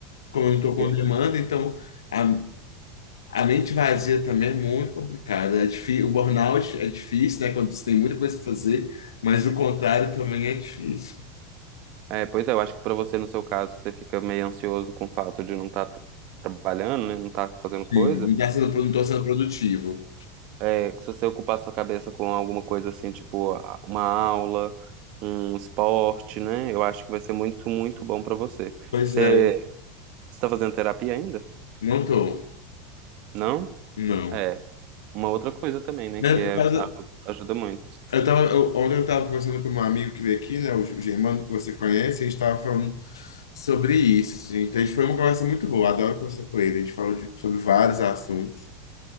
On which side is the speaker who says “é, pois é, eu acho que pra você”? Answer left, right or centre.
Right